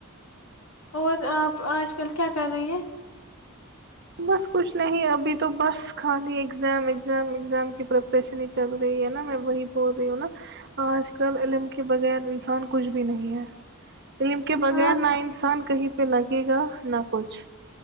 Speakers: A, on the left (about 85°); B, on the right (about 50°).
A: اور آپ آج کل کیا کر رہی ہے
B: بس کچھ نہیں ابھی تو تو بس خالی ایگزم ایگزم ایگزام کی پریپریشن ہی چل رہی ہے نا میں وہی بول رہی ہوں نا اج کل علم کے بغیر انسان کچھ بھی نہیں ہے علم کے بغیر
A: ہاں
B: نہ انسان کہیں پ لگے گا نہ کچھ